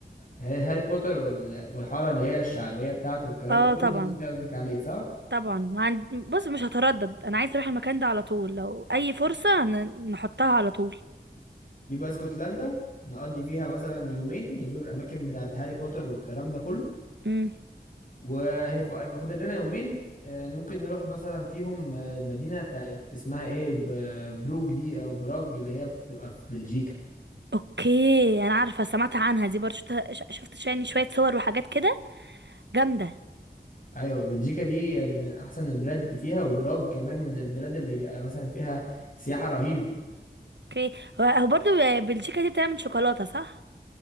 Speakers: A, on the left; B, on the right.
A: ها- هاري بوتر وال- والحاره اللي هي الشعبيه بتاعته والكلام
B: اه
A: ده كله
B: طبعا
A: ده اللي انت قصدك عليه صح
B: طبعا ما عند... بص مش هتردد انا عايز اروح المكان ده على طول لو اي فرصة ن- نحطها على طول
A: يبقى اسكتلندا نقضي فيها مثلا يومين نزور الاماكن بتاعت هاري بوتر والكلام ده كله
B: امم
A: وهيبقى فاضل لنا يومين آه، ممكن نروح مثلا فيهم آه، المدينه بتاعت اسمها ايه ب- بروج دي او براج اللي هي بتبقى في بلجيكا
B: اوكي انا عارفة سمعت عنها دي برضو شفت ش- شفت يعني شوية صور وحاجات كده جامدة
A: ايوه بلجيكا دي يعني من احسن البلاد فيها وبراج كمان من البلاد اللي بيبقى مثلا فيها سياحه رهيبه
B: اوكي هو هو برضو بلجيكا دي بتعمل شوكولاتة صح